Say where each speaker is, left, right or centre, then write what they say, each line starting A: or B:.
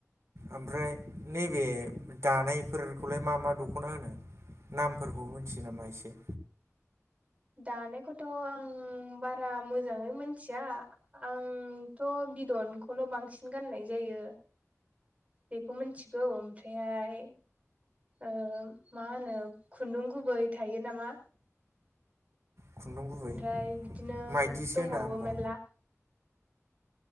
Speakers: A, on the right (about 65°); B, on the right (about 25°).
A: ओमफ्राय नैबे दानायफोरखौलाय मा मा दख'ना होनो? नामफोरखौ मोनथियो नामा एसे?
B: दानायखौथ' आं बारा मोजाङै मोनथिया। आंथ' बिदनखौल' बांसिन गाननाय जायो। बेखौ मोनथिगौ ओमफ्रायहाय ओ मा होनो खुन्दुं गुबै थायो नामा।
A: खुन्दुं गुबै
B: ओमफ्राय बिदिनो
A: माइदिसो
B: दंबावो
A: होना होमबा
B: मेरला।